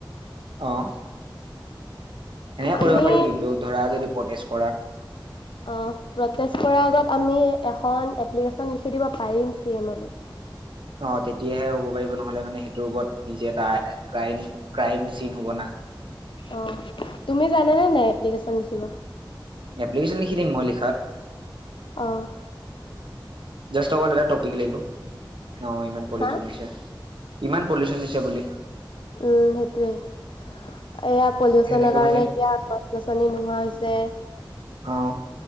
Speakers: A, on the right; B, on the left.
A: অহ সেনেকে
B: আমি
A: কৰিব পাৰি কিন্তু ধৰা যদি প্ৰটেষ্ট কৰা
B: অহ প্ৰটেষ্ট কৰাৰ আগত আমি এখন এপ্লিকেশ্যন লিখি দিব পাৰিম চি এমলৈ
A: অহ তেতিয়াহে হ'ব পাৰিব নহ'লে মানে সেইটোৰ ওপৰত নিজে এটা কিৰাইম কিৰাইম চিন হ'ব না
B: অহ তুমি জানেনে নাই এপ্লিকেশ্বন লিখিব।
A: এপ্লিকেশ্যন লিখি দিম মই লিখাত
B: অহ
A: জাষ্ট অকল এটা টপিক লাগিব, অহ ইমান পলিউচন
B: হা
A: হৈছে ইমান পলিউচন হৈছে বুলি
B: উম সেইটোৱে এয়া পলিউচনৰ
A: সেনেকৈ
B: কাৰণে
A: মানে
B: এতিয়া গছ -গছনি নোহোৱা হৈছে।
A: অহ